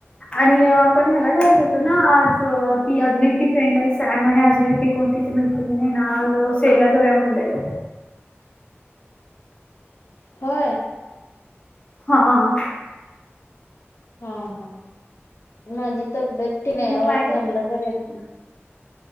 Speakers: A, on the left; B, on the left.
A: आणि आपण ह्याला जायच होतो ना आज ती अजून एकटी फ्रेंड आहे. सम आणि अजून की कोणती मैत्रिण ना सेलला जाव्या मंडळी
B: हो.
A: हा.
B: हा हा माझी तब्येत ती नाहीत
A: मग काय
B: जमलं त येत.